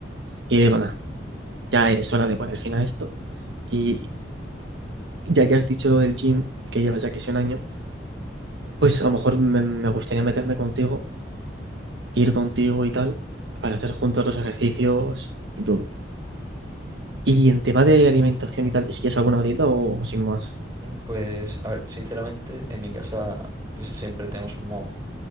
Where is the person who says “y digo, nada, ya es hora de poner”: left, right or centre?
Right